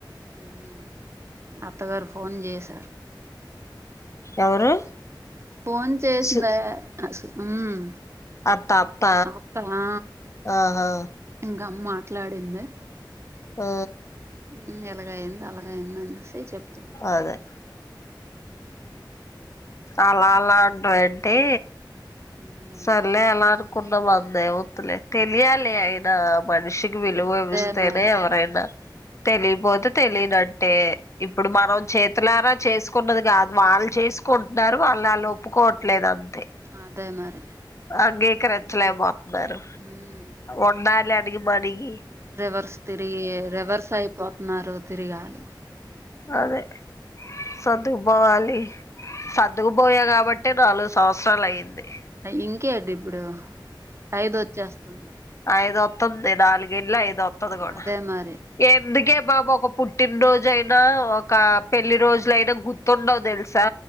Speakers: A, on the right; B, on the left.
A: ఉహ్ హు అత్తగారు ఫోన్ చేసారూ.
B: ఎవరు
A: ఫోన్ చేసిందేయ్
B: సు
A: ఉమ్
B: అత్త అత్త
A: అత్తనా
B: ఆహా
A: ఇంగమ్ మాట్లాడింది.
B: ఆ
A: ఉమ్ ఇలాగయింది, అలాగ అయింది అనేసి చెప్తుంది.
B: అదే అలా అలా అంటావ్ ఏంటి.
A: హ్మ్
B: సర్లే అలా అనుకున్నాం. అందే వతులే తెలియాలే అయినా. మనిషికి విలువ
A: అదే
B: విస్తేనే
A: మరి
B: ఎవరైనా. తెలియ్పోతే తెలియనట్టే.
A: హ్మ్
B: ఇప్పుడు మనం చేతులారా చేసుకున్నది గాద్. వాళ్ళు చేసుకుండ్న్నారు, వాళ్ళు అళ్ళు ఒప్పుకోవట్లేదు అంత్
A: అదే మరి
B: అంగీకరించలేకపోత్న్నారు.
A: హ్మ్
B: ఉండాలి అనీగి మనిగి
A: రివర్స్ తిరిగి, రివర్స్ అయిపోతున్నారు. తిరిగాళ్ళు
B: అదే సర్దుకుపోవాలి. సర్దుకుపోయా కాబట్ టే నాలుగు సంవత్సరాలయ్యింది.
A: ఇంకేండిప్పుడు ఐదు వచ్చేస్తుంది.
B: ఐదోత్తంది. నాలుగెల్లీ ఐదోత్తది గూడా
A: అదే మరి
B: ఎందుకే మాక్ ఒక పుట్టినరోజయినా, ఒక పెళ్లి రోజులయినా గుర్తుండవ్ తెల్స్ సా